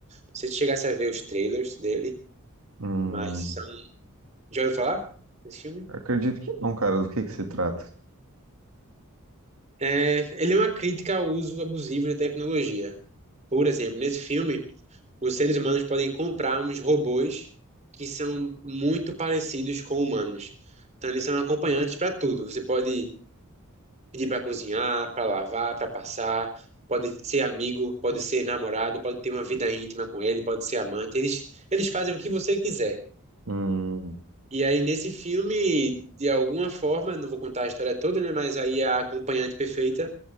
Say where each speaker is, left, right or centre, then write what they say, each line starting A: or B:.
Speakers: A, on the right (about 30°); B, on the right (about 75°).
A: Não sei se chegasse a ver os trailers dele,
B: Hum,
A: mas são. Já ouviu falar desse filme?
B: acredito que não, cara. Do que que se trata?
A: É, ele é uma crítica ao uso abusivo da tecnologia. Por exemplo, nesse filme, os seres humanos podem comprar uns robôs que são muito parecidos com humanos. Então, eles são acompanhantes para tudo. Você pode pedir para cozinhar, para lavar, para passar, pode ser amigo, pode ser namorado, pode ter uma vida íntima com ele, pode ser amante. Eles, eles fazem o que você quiser.
B: Hum,
A: E aí, nesse filme, de alguma forma, não vou contar a história toda, né? Mas aí a acompanhante perfeita